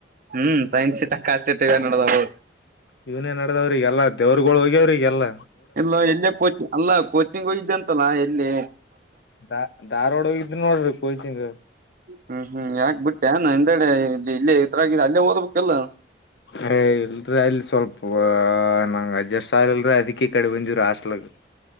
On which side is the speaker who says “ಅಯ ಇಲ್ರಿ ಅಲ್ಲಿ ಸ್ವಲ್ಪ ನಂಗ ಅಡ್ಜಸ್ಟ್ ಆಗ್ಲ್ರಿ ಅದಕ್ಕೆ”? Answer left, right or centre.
Left